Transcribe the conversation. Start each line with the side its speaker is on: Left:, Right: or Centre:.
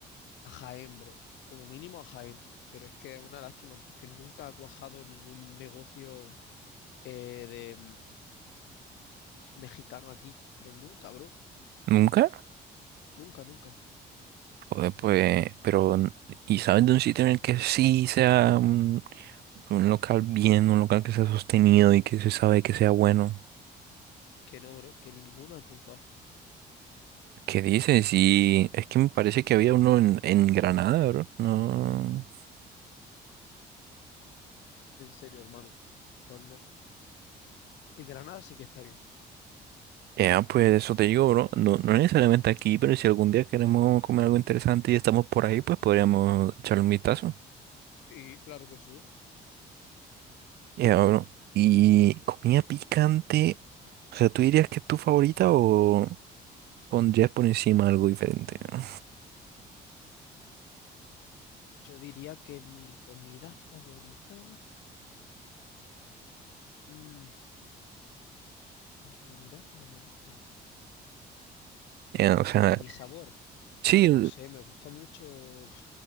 Left: A Jaén, bro. Como mínimo a Jaén. Pero es que es una lástima porque nunca ha cuajado ningún negocio eh, de mm, mexicano aquí. Pero nunca, bro.
Right: ¿Nunca?
Left: Nunca, nunca.
Right: Joder, pues, pero, ¿y sabes de un sitio en el que sí sea un, un local bien, un local que sea sostenido y que se sabe que sea bueno?
Left: Que no, bro. Que ninguno ha triunfado.
Right: ¿Qué dices? Y es que me parece que había uno en, en Granada, bro. No.
Left: En serio, hermano. Pues no. En Granada sí que está bien.
Right: Ya, pues eso te digo, bro. No, no necesariamente aquí, pero si algún día queremos comer algo interesante y estamos por ahí, pues podríamos echarle un vistazo.
Left: Sí, claro que sí.
Right: Ya, bro. Y comida picante, o sea, ¿tú dirías que es tu favorita o pondrías por encima algo diferente? ¿no?
Left: Yo diría que mi comida favorita, mm, mi comida favorita
Right: Ya, o sea,
Left: o mi sabor,
Right: sí,
Left: pues no sé, me gusta mucho uf,